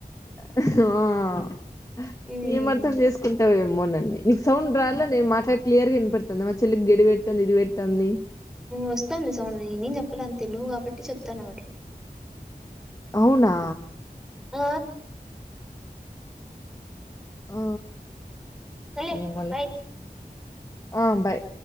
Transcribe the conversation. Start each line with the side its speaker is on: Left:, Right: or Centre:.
Left: <unintelligible>
Centre: హ్మ్
Left: ఏం అర్థం చేసుకుంటావేమో అమోనన్న నీకు సౌండ్ రల నేను మాట్లాడ క్లియర్గాన పెడుతుంది మా చెల్లికి గెడి పెడతాంది ఇది పెడతాంది
Centre: వస్తంది సౌండ్ నేను చెప్పాల అంతే నువ్వు కాబట్టి చె తనవాట్లో
Left: అవునా
Centre: ఆ
Left: ఆ
Centre: సరేలే
Left: ఏమోలే
Centre: బాయ్
Left: ఆ అబ్బాయి